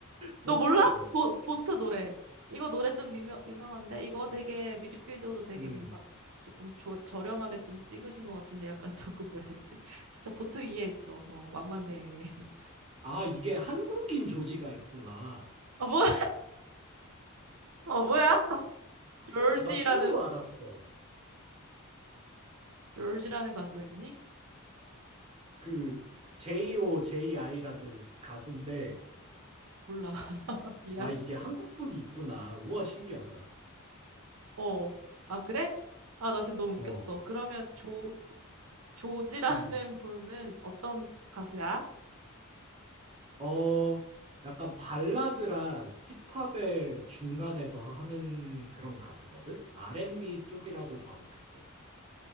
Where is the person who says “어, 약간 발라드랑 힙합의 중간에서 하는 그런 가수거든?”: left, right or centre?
Right